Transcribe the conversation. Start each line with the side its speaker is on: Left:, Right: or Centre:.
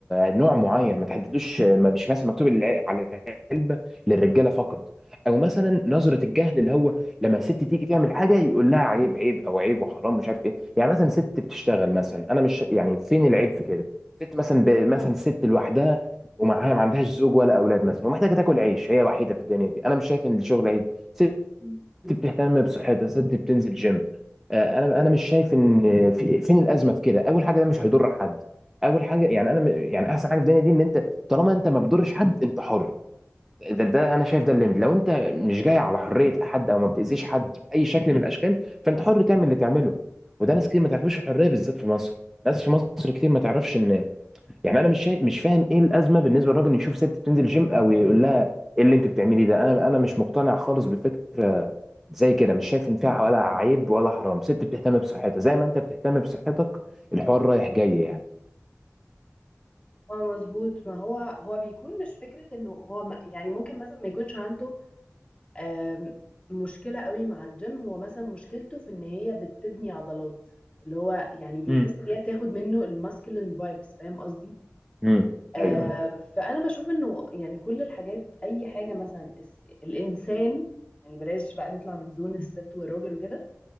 Centre: نوع معين ما تحددلوش ما مش مثلا مكتوب الع- على العلبه للرجاله فقط او مثلا نظره الجهل اللي هو لما الست تيجي تعمل حاجه يقول لها عيب عيب او عيب وحرام مش عارف ايه يعني مثلا ست بتشتغل مثلا انا مش يعني فين العيب في كده ست مثلا ب... مثلا ست لوحدها ومعاها ما عندهاش زوج ولا اولاد مثلا ومحتاجه تاكل عيش هي وحيده في الدنيا دي انا مش شايف ان الشغل عيب ست
Left: مم.
Centre: ست بتهتم بصحتها ست بتنزل جيم آه، انا انا مش شايف ان في فين الازمه في كده اول حاجه ده مش هيضر حد اول حاجه يعني انا م- يعني احسن حاجه في الدنيا دي ان انت طالما انت ما بتضرش حد انت حر ده, ده انا شايف ده الليمت لو انت مش جاي على حريه حد او ما بتاذيش حد باي شكل من الاشكال فانت حر تعمل اللي تعمله وده ناس كتير ما تعرفوش الحريه بالذات في مصر ناس في مصر كتير ما تعرفش ان يعني انا مش شايف مش فاهم ايه الازمه بالنسبه للراجل إنه يشوف ست بتنزل جيم او يقول لها ايه اللي انت بتعمليه ده انا انا مش مقتنع خالص بفكره زي كده مش شايف ان فيها ولا عيب ولا حرام ست بتهتم بصحتها زي ما انت بتهتم بصحتك الحوار رايح جاي يعني
Left: اه مظبوط ما هو هو بيكون مش فكرة انه هو م- يعني ممكن مثلا ما يكونش عنده آم، مشكلة قوي مع الجيم هو مثلا مشكلته في ان هي بتبني عضلات اللي هو يعني بيحس
Centre: امم
Left: ان هي بتاخد منه الماسكلين فايبس فاهم قصدي
Centre: امم
Left: آه
Centre: ايوه
Left: فانا بشوف انه يعني كل الحاجات اي حاجة مثلا الس- الانسان يعني بلاش بقى نطلع من زون الست والراجل وكده